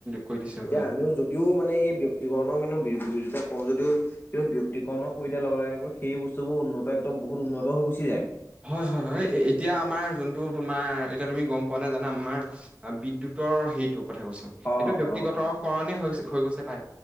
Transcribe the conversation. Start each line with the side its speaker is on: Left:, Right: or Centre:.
Right: কৰি দিছে
Left: এতিয়া
Right: হয়
Left: আমিও যদিও মানে এই ব্যক্তি কৰণৰ কিন্তু বিৰো বিৰোধিতা কৰো যদিও কিন্তু ব্যক্তিকৰণৰ কৰি দিয়াৰ লগে লগে আকৌ সেই বস্তুবোৰ উন্নত একদম বহুত উন্নত হৈ গুচি যায়।
Right: হয় হয় হয়। এতিয়া আমাৰ যোনটো তোমাৰ এতিয়া তুমি গম পোৱা নে জানা আমাৰ বিদ্যুৎ টৰ সেইটো কথা কৈছো। সেইটো
Left: অ',
Right: ব্যক্তিগতকৰণে
Left: অ', অ'।
Right: হৈ হৈ গৈছে পাই।